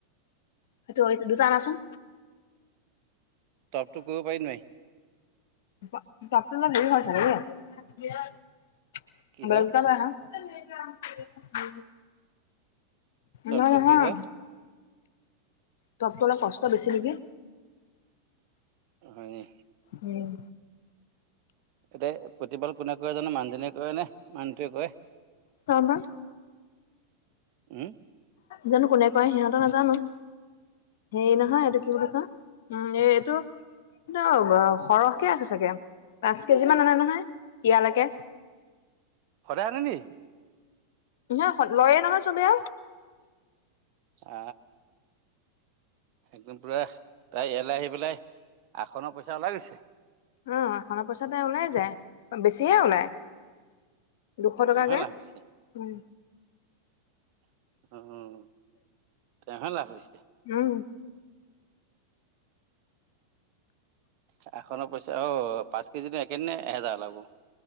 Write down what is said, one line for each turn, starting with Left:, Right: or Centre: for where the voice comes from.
Left: সেইটো হৈছে দুটা অনাচোন।
Right: টপতো কৰিব পাৰি নোৱাৰি?
Left: বা টপটো অলপ দেৰি হৈ চাগে দেই, এতিয়া
Right: কি হয়
Left: বেলকা লৈ আহাঁ। ম কাম <inaudible>
Right: টপটো
Left: মই নহয়।
Right: কি হয়
Left: তপতো অলপ কষ্ট বেছি নেকি?
Right: হয় নি
Left: উম।
Right: এয়াতে প্ৰতিপাল কোনে কয় জানো মানুহজনীয়ে কয় নে মানুহটোৱেই কয়?
Left: তামা
Right: উম?
Left: জানো কোনে কয় সিহঁত নাজানো। সেই নহয় এইটো কি বুলি ক উম এ এইটো এইটো সৰহকে আছে চাগে পাঁচ কেজি মান আনে নহয় ইয়ালৈকে
Right: সদায় আনে নি
Left: নহয় লয়ে নহয় চবেই
Right: আ একদম পুৰা তাই ইয়ালে আহি পেলাই আসনৰ পইচা ওলাই গৈছে
Left: উম অখনা পইচাতে ওলাই যায় বেছিহে ওলাই দুশ
Right: তেওঁহে
Left: টকাকে
Right: লাভ হৈছে
Left: উম
Right: উম তেওঁহে লাভ হৈছে
Left: উম
Right: আখনৰ পইচা আও পাঁচ কেজি একে দিনাই এহেজাৰ ওলাব